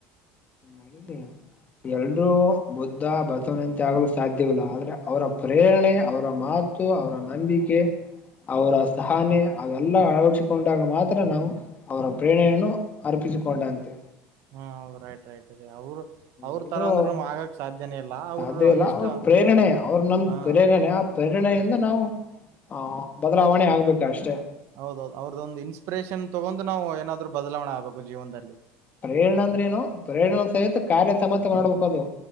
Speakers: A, on the left; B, on the right.
A: ಮಾಡಡಯ ಎಲ್ರೂ ಬುದ್ಧ ಬಸವನಂತೆ ಆಗಲು ಸಾಧ್ಯವಿಲ್ಲ ಆದ್ರೆ ಅವರ ಪ್ರೇರಣೆ ಅವರ ಮಾತು ಅವರ ನಂಬಿಕೆ ಅವರ ಸಹನೆ ಅವೆಲ್ಲ ಅಳವಡಿಸಿಕೊಂಡಾಗ ಮಾತ್ರ ನಾವು ಅವರ ಪ್ರೇರಣೆಯನ್ನು ಅರ್ಪ ಕಪ್ಪಿಸಿಕೊಂಡಂತೆ
B: ಹಾ ಹೌದು ರೈಟ್ ರೈಟ್ ಅದೆ ಅವರು ಅವ್ರ
A: ಎಲ್ರೂ
B: ತರ ಅಂದ್ರೆ ನಮ್ ಆಗಕ್ ಸಾಧ್ಯನೇ ಇಲ್ಲ ಅವರು
A: ಸಾಧ್ಯವಲ್ಲ
B: ಎಷ್ಟ
A: ಅವ್ರ ಪ್ರೇರಣೆ ಅವ್ರ ನಮ
B: ಹಾ
A: ಪ್ರೇರಣೆ ಆ ಪ್ರೇರಣ ನಾವು ಆಹ ಬದಲಾವಣೆ ಆಗ್ಬೇಕ ಅಷ್ಟೆ
B: ಹೌದೌದು ಅವ್ರದೊಂದು ಇನ್ಸ್ಪಿರೇಷನ್ ತಗೊಂಡು ನಾವು ಏನಾದ್ರು ಬದಲಾವಣೆ ಆಗ್ಬೇಕು ಜೀವನದಲ್ಲಿ
A: ಪ್ರೇರಣ ಅಂದ್ರೇನು ಪ್ರೇರಣ ಸಹತ ಕಾರ್ಯ ಸಮತ ಮಾಡ್ಬೇಕು ಅದು